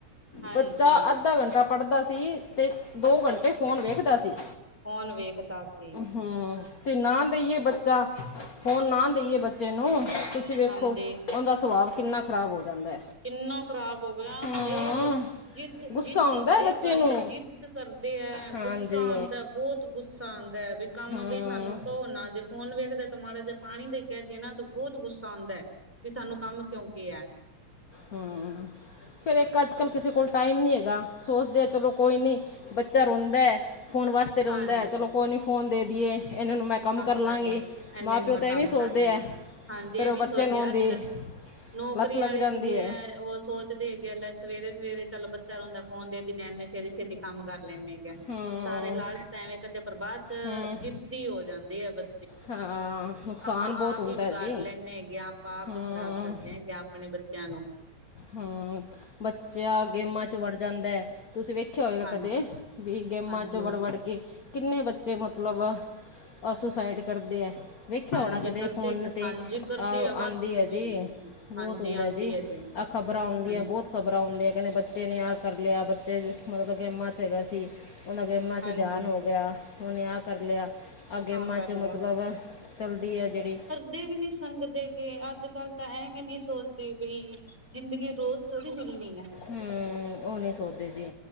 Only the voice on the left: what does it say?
ਬੱਚਾ ਅੱਧਾ ਘੰਟਾ ਪੜ੍ਹਦਾ ਸੀ ਤੇ ਦੋ ਘੰਟੇ ਫ਼ੋਨ ਵੇਖਦਾ ਸੀ।
ਹਮ ਤੇ ਨਾ ਦੇਈਏ ਬੱਚਾ ਫੋਣ ਨਾ ਦੇਈਏ ਬੱਚੇ ਨੂੰ ਤੁਸੀਂ ਵੇਖੋ
ਉਹਦਾ ਸੁਭਾਵ ਕਿੰਨਾ ਖ਼ਰਾਬ ਹੋ ਜਾਂਦਾ।
ਹੂੰ
ਗੁੱਸਾ ਆਉਂਦਾ
ਹੈ ਬੱਚੇ
ਨੂੰ
ਹਾਂਜੀ
ਹੂੰ
ਹੂੰ ਫੇਰ ਇੱਕ ਅੱਜ ਕੱਲ੍ਹ ਕਿਸੇ ਕੋਲ ਟਾਈਮ ਨੀ ਹੈਗਾ ਸੋਚਦੇ ਚਲੋ ਕੋਈ ਨੀ ਬੱਚਾ ਰੋਂਦਾ ਹੈ ਫੋਨ ਵਾਸ ਤੇ ਰੋਂਦਾ
ਚਲੋ ਕੋਈ ਨੀ ਫੋਨ ਦੇ ਦੀਏ ਇਹਨਾਂ ਨੂੰ ਮੈਂ
ਲਾਂਗੀ
ਮਾਪਿਓ
ਤਾਂ
ਐਵੇਂ ਸੋਚਦੇ
ਆ
ਫਿਰ
ਉਹ ਬੱਚੇ
ਨੂੰ ਉਹਦੀ
ਲੱਤ ਲੱਗ
ਜਾਂਦੀ
ਹੂੰ
ਹੂੰ
ਹਾਂ ਨੁਕਸਾਨ
ਬਹੁਤ
ਹੁੰਦਾ
ਹੈ ਜੀ
ਹੂੰ
ਹਾਂ ਬੱਚਾ ਗੇਮਾਂ ਚ ਵੜ ਜਾਂਦਾ। ਤੁਸੀਂ ਵੇਖਿਆ ਹੋਏਗਾ
ਕਦੇ ਵੀ ਗੇਮਾਂ
ਚੋਂ ਵੜ-ਵੜ ਕੇ ਕਿੰਨੇ ਬੱਚੇ ਮਤਲਬ ਅ ਸੁਸਾਈਡ ਕਰਦੇ ਹੈ। ਵੇਖਿਆ
ਹੋਣਾ ਕਦੇ
ਫੋਨ
ਤੇ
ਆ ਆਉਂਦੀ
ਹੈ ਜੀ ਬੋਹਤ
ਹੁੰਦਾ
ਜੀ।
ਆ ਖਬਰਾਂ ਆਂਦੀਆਂ
ਬਹੁਤ ਖ਼ਬਰਾ ਆਉਂਦੀਆ ਕਹਦੇ ਬੱਚੇ ਨੇ ਆਹ ਕਰ ਲਿਆ ਬੱਚੇ ਮਤਲਬ ਗੇਮਾ ਚ ਹੈਗਾ ਸੀ। ਉਹਨਾਂ ਗੇਮਾਂ ਚ
ਦਿਆਨ ਹੋ ਗਿਆ ਉਹਨੇ ਆਹ ਕਰ ਲਿਆ। ਅ ਗੇੇਮਾਂ
ਚ ਮਤਲਬ ਚੱਲਦੀ ਹੈ ਜਿਹੜੀ।
ਹੂੰ ਉਹ ਨੀ ਸੋਚਦੇ ਜੀ,